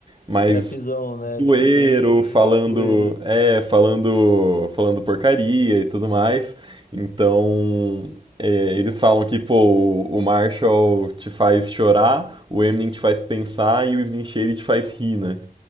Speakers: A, on the right; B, on the left.
A: mais
B: trapzão, né?
A: zoeiro,
B: Tipo, bem
A: falando,
B: zoeiro.
A: é, falando, falando porcaria e tudo mais. Então, é, eles falam que, pô, o Marshall te faz chorar, o Eminem te faz pensar e o Slim Shady te faz rir, né?